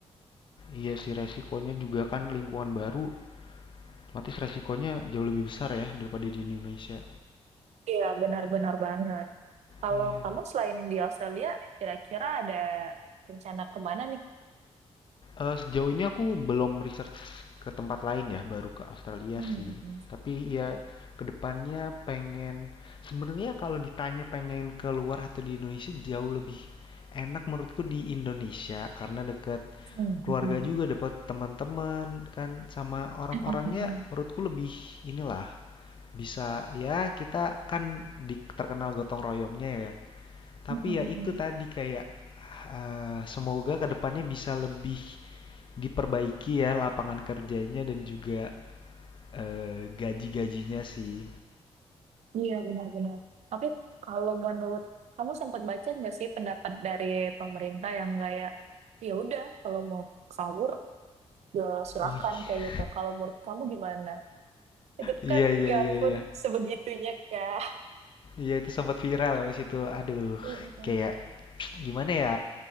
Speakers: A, on the left (about 50°); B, on the right (about 85°).
A: iya sih resikonya juga kan lingkungan baru, otomatis resikonya jauh lebih besar ya daripada di Indonesia.
B: Iya, benar-benar banget. Kalau
A: Iya.
B: kamu selain di Australia, kira-kira ada rencana kemana nih?
A: Eee, sejauh ini aku belum research ke tempat lain ya, baru ke Australia
B: Hmm,
A: sih.
B: hmm, hmm,
A: Tapi ya kedepannya pengen sebenarnya kalau ditanya pengen keluar atau di Indonesia jauh lebih enak menurutku di Indonesia karena deket
B: hmm,
A: keluarga
B: hmm,
A: juga, dapet teman-teman kan, sama orang-orangnya
B: hmm,
A: menurutku lebih inilah, bisa ya kita kan di terkenal gotong royongnya ya. Tapi
B: hmm, hmm, hmm,
A: ya itu
B: hmm.
A: tadi kayak, eee, semoga kedepannya bisa lebih diperbaiki ya lapangan kerjanya dan juga eh, gaji-gajinya sih.
B: Iya, benar-benar. Tapi kalau menurut kamu sempat baca nggak sih pendapat dari pemerintah yang kayak ya udah kalau mau kabur ya silakan
A: Oh iya.
B: kayak gitu. Kalau menurut kamu gimana? Itu
A: Iya
B: kan
A: iya
B: ya
A: iya
B: ampun
A: iya.
B: sebegitunya kak.
A: Iya itu sempat viral ya pas itu. Aduh,
B: Mm, mm, mm.
A: kayak <tsk> gimana ya?